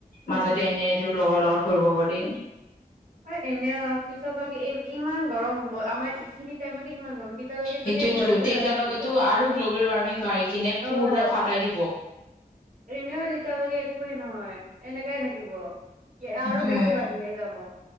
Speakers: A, on the right; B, on the left.
A: উম
B: মাজতে এনেই তোৰ লগৰ লগত ফুৰিব গ'লি।
A: অঁ এনে পিছক লকে ইমান গৰম হ'ব, আমাৰ ইখিনি টাইমতে কিমান গম তেতিয়ালৈকে
B: সেইটোয়েতো
A: চাগে ঘৰতে
B: তেতিয়ালৈকেতো
A: নাথাকিব,
B: আৰু গ্ল'বেল ৱাৰ্মিং বাঢ়ি কিনে পুৰা
A: অঁ
B: ফাটাই দিব
A: এনেও তেতিয়ালৈকে একোৱে নহয়। এনেকাই থাকিব।
B: সেইটোয়ে
A: আৰু বেছি বাঢ়িয়ে যাব।